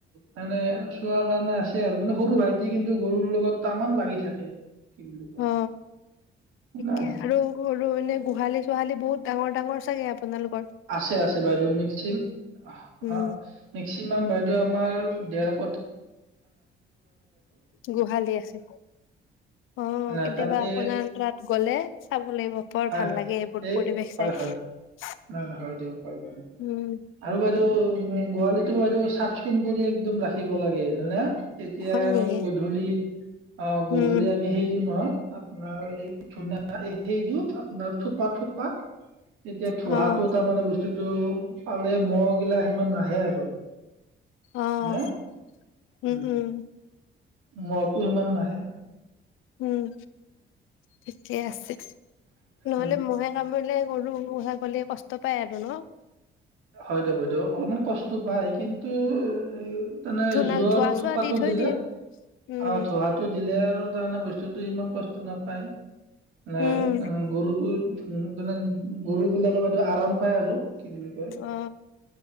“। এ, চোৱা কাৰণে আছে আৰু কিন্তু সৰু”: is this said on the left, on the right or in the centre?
Right